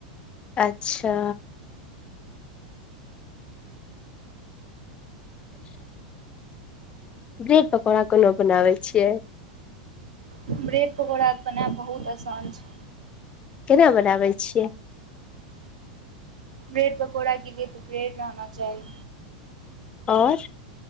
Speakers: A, on the left; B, on the right.
A: अच्छा। ब्रेड पकौड़ा कोनो बनाबै छियै।
B: ब्रेड पकौड़ा बनाएब बहुत आसान छै।
A: केना बनाबै छियै।
B: ब्रेड पकौड़ा के लिए तऽ ब्रेड रहना चाही।
A: और।